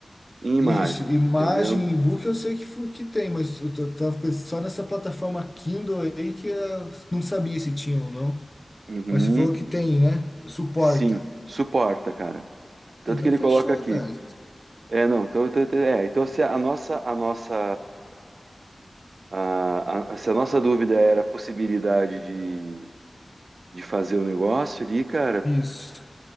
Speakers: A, on the right; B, on the left.
A: em imagem,
B: isso, imagem
A: entendeu?
B: e e-book eu sei que fu- que tem, mas eu t- tava pensando só nessa plataforma Kindle aí que eu não sabia se tinha ou não.
A: Uhum.
B: Mas você falou que tem, né? Suporta.
A: Sim, suporta, cara. Tanto
B: Ah, Então
A: que ele
B: fechou,
A: coloca aqui.
B: cara.
A: É, não, então, então- então- é, então se a nossa, a nossa, a, a- se a nossa dúvida era a possibilidade de, de fazer o negócio ali, cara,
B: Isso.